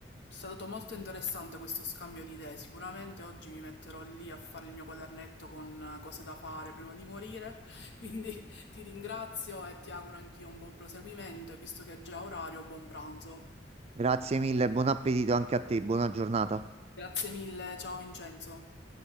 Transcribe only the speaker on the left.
È stato molto interessante questo scambio di idee. Sicuramente oggi mi metterò lì a fare il mio quadernetto con eh, cose da fare prima di morire. <laughs> Quindi ti ringrazio e ti auguro anch'io un buon proseguimento e visto che è già orario, buon pranzo.
Grazie mille, ciao Vincenzo.